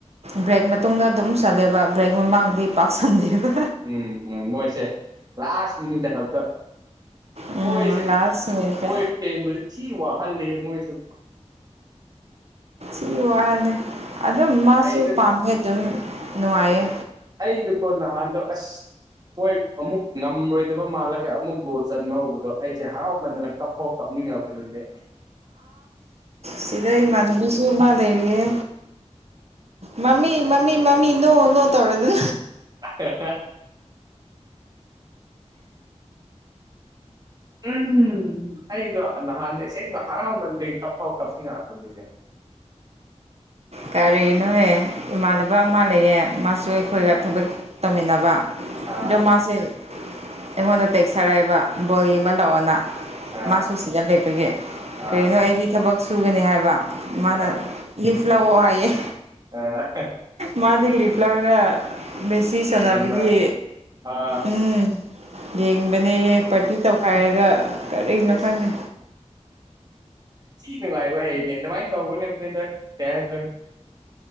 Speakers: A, on the right; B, on the right.
A: ꯕ꯭ꯔꯦꯛ ꯃꯇꯨꯡꯗ ꯑꯗꯨꯝ ꯆꯠꯂꯦꯕ ꯕ꯭ꯔꯦꯛ ꯃꯃꯥꯡꯗꯤ ꯄꯥꯛꯁꯟꯗꯦꯕ
B: ꯎꯝ ꯎꯝ ꯃꯣꯏꯁꯦ ꯂꯥꯁ ꯃꯤꯅꯤꯠꯇ ꯈꯛꯇ
A: ꯎꯝ
B: ꯃꯣꯏꯁꯦ
A: ꯂꯥꯁ ꯃꯤꯅꯤꯠꯇ
B: ꯃꯣꯏ ꯐꯦꯟꯕꯗꯤ ꯊꯤ ꯋꯥꯍꯜꯂꯍꯦ ꯃꯣꯏꯁꯨ
A: ꯐ ꯋꯥꯍꯜꯂ ꯑꯗꯨꯝ ꯃꯥꯁꯨ
B: ꯑꯩꯗ
A: ꯄꯥꯝꯃꯦ ꯑꯗꯨꯝ ꯅꯨꯡꯉꯥꯏꯌꯦ
B: ꯑꯩꯗꯨ ꯀꯣ ꯅꯍꯥꯟꯗꯣ ꯑꯁ ꯃꯣꯏ ꯑꯃꯨꯛ ꯉꯝꯔꯣꯏꯗꯕ ꯃꯥꯜꯂꯒ ꯑꯃꯨꯛ ꯒꯣ ꯆꯟꯕ ꯍꯧꯕꯗꯣ ꯑꯩꯁꯦ ꯍꯔꯥꯎꯃꯟꯗꯅ ꯀꯞ ꯄꯣ ꯀꯞꯅꯤꯡꯉꯕꯅꯤꯅꯦ
A: ꯁꯤꯗ ꯏꯃꯥꯟꯅꯕꯤꯁꯨ ꯑꯃ ꯂꯩꯔꯤꯌꯦ ꯃꯃꯤ ꯃꯃꯤ ꯃꯃꯤ ꯏ ꯅꯣ ꯅꯣ ꯇꯧꯔ ꯑꯗꯨ
B: ꯑ ꯎꯝ ꯑꯩꯗꯣ ꯅꯍꯥꯟꯗ ꯑꯁꯦꯡꯕ ꯍꯔꯥꯎꯃꯟꯗꯩ ꯀꯞꯄꯥꯎ ꯀꯞꯅꯤꯡꯉꯕꯅꯤꯅꯦ
A: ꯀꯔꯤꯅꯣꯍꯦ ꯏꯃꯥꯟꯅꯕ ꯑꯃ ꯂꯩꯌꯦꯦ ꯃꯥꯁꯨ ꯑꯩꯈꯣꯏꯒ
B: ꯑꯥ
A: ꯊꯕꯛ ꯇꯧꯃꯤꯟꯅꯕ
B: ꯑꯥ
A: ꯑꯗꯣ ꯃꯥꯁꯦ ꯑꯩꯉꯣꯟꯗ ꯇꯦꯛꯁ ꯊꯥꯔꯛꯑꯦꯕ ꯕꯣꯜ ꯌꯦꯡꯕ ꯂꯥꯛꯑꯣꯅ
B: ꯑꯥ
A: ꯃꯥꯁꯨ ꯁꯤꯗ ꯂꯩꯕꯒꯤꯦ
B: ꯑꯥ
A: ꯀꯔꯤꯅꯣ ꯑꯩꯗꯤ ꯊꯕꯛ ꯁꯨꯒꯅꯤ ꯍꯥꯏꯕ ꯃꯥꯅ
B: ꯑꯥ
A: ꯂꯤꯐ ꯂ ꯑꯣ ꯍꯥꯏꯌꯦ
B: ꯑ
A: ꯃꯥꯗꯤ ꯂꯤꯞ ꯂꯧꯥꯎꯔꯒ ꯕꯦꯁꯤ ꯁꯥꯟꯅꯕꯒꯤ
B: ꯌꯦꯡꯕ ꯑꯥ
A: ꯎꯝ ꯌꯦꯡꯕꯅꯦꯍꯦ ꯄꯥꯔꯇꯤ ꯇꯧꯈꯥꯏꯔꯒ ꯀꯔꯤꯅꯣ
B: ꯑꯁ
A: ꯈꯪꯗꯦ
B: ꯁꯤ ꯅꯨꯡꯉꯥꯏꯕ ꯍꯩꯅꯦ ꯑꯗꯨꯃꯥꯏꯅ ꯇꯧꯒꯅꯦꯕ ꯅꯩꯗ ꯀꯩ